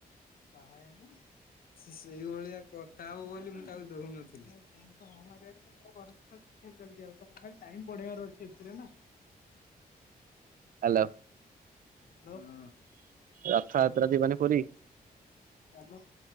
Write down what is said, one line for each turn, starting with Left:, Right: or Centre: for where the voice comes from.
Left: ବାହା ହେଇନୁ? ସିଏ ସେଇଭଳିଆ କଥା ହବ ବୋଲି ମୁଁ ତାକୁ ଦଉନଥିଲି। ଆମେ ତ ହଁ ମାରିବା କଥା। <inaudible> ଆଉ ତମକୁ ଖାଲି ଟାଇମ ବଢେଇବାର ଅଛି ଏଥିରେ ନା।
Right: ହାଲୋ।
Left: ହାଲୋ? ହଁ।
Right: ରଥଯାତ୍ରା ଯିବନି ପୁରୀ?
Left: ଚାଲ,